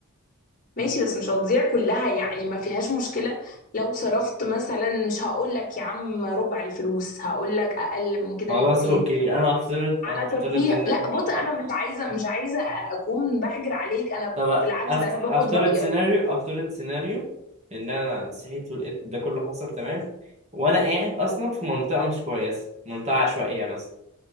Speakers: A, on the left (about 40°); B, on the right (about 30°).
A: ماشي بس مش هتضيع كلها يعني ما فيهاش مشكلة لو صرفت مثلا مش هقول لك يا عم ربع الفلوس هقول لك اقل من كده
B: خلاص
A: بكتير
B: اوكي انا هفترض
A: على
B: انا هفترض
A: ترفيه
B: ان
A: لا بص انا مش عايزة مش عايزة اكون بحجر عليك انا
B: طب
A: بالعكس
B: أفت-
A: ده انا باخد
B: افترض
A: رأيك
B: سيناريو افترض سيناريو ان انا صحيت ولقيت ده كله حصل تمام وانا قاعد اصلا في منطقه مش كويسه منطقه عشوائيه مثلا